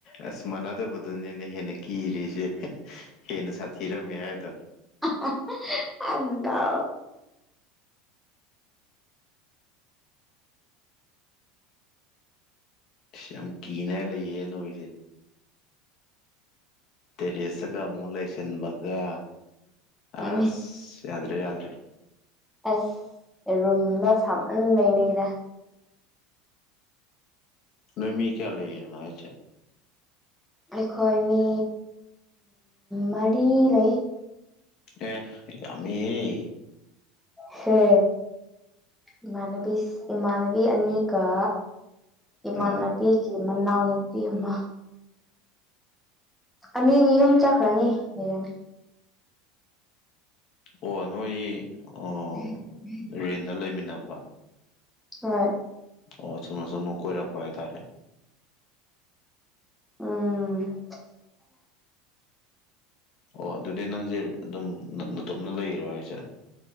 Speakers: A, on the left (about 45°); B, in the centre.
A: ꯑꯁ ꯃꯥꯟꯅꯗꯕꯗꯨꯅꯤꯅ ꯍꯦꯟꯅ ꯀꯤꯔꯤꯁꯦ ꯍꯦꯟꯅ ꯁꯥꯊꯤꯔꯝꯃꯦ ꯍꯥꯏꯗ꯫
B: ꯑ ꯑꯗ
A: ꯌꯥꯝ ꯀꯤꯅ ꯂꯩꯌꯦ ꯅꯣꯏꯁꯦ ꯇꯦꯔꯤꯦꯁꯇꯒ ꯑꯃꯨꯛ ꯂꯩꯁꯤꯟꯕꯒ
B: ꯎꯝ
A: ꯑꯁ ꯌꯥꯗ꯭ꯔꯦ ꯌꯥꯗ꯭ꯔꯦ
B: ꯑꯁ ꯔꯨꯝꯗꯣ ꯁꯥꯃꯟꯕꯩꯅꯦ ꯀꯗ
A: ꯅꯣꯏꯃꯤ ꯀꯌꯥ ꯂꯩꯅ ꯑ
B: ꯑꯩꯈꯣꯏ ꯃꯤ ꯃꯔꯤ ꯂꯩ
A: ꯑꯦ ꯑꯃ ꯍꯦ
B: ꯍꯦ ꯏꯃꯅꯕꯤ ꯏꯃꯅꯕꯤ ꯑꯅꯤ ꯒ꯫ ꯏꯃꯥꯟꯅꯕꯤꯒꯤ
A: ꯎꯝ
B: ꯃꯅꯥꯎ ꯅꯨꯄꯤ ꯑꯃ꯫ ꯑꯅꯤꯗꯤ ꯌꯨꯝ ꯆꯠꯈ꯭ꯔꯅꯤ ꯍꯌꯦꯡ
A: ꯑꯣ ꯅꯣꯏ ꯑꯣ
B: ꯎꯝ ꯎꯝ
A: ꯔꯦꯟꯗ ꯂꯩꯃꯤꯟꯅꯕ
B: ꯍꯣꯏ
A: ꯑꯣ ꯁꯨꯝꯝꯅꯣ ꯁꯣꯝꯅꯨ ꯀꯣꯏꯔꯛꯄ ꯍꯥꯏꯇꯥꯔꯦ
B: ꯎꯝ꯫
A: ꯑꯣ ꯑꯗꯨꯗꯤ ꯅꯪꯁꯦ ꯑꯗꯨꯝ ꯅꯇꯣꯞꯅ ꯂꯩꯔꯣ ꯍꯥꯏꯁꯦ꯫